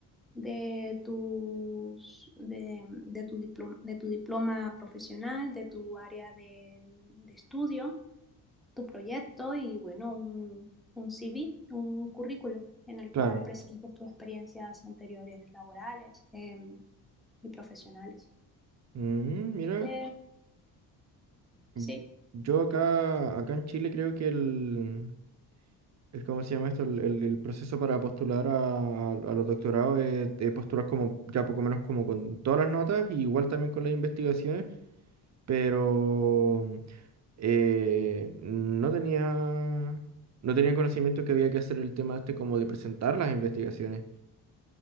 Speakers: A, in the centre; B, on the right.
A: de tus de, de tu diploma, de tu diploma profesional, de tu área de, de estudio, tu proyecto y bueno, un, un CV, un currículum en el
B: Claro.
A: cual presentes tus experiencias anteriores laborales em, y profesionales.
B: Mm, mira,
A: Así
B: mm,
A: Sí.
B: yo acá, acá en Chile creo que el, el ¿cómo se llama esto? El, el- el proceso para postular a, a los doctorados es, es postular como ya poco menos como con todas las notas, y igual también con las investigaciones, pero eh, no tenía, no tenía conocimiento que había que hacer el tema este como de presentar las investigaciones.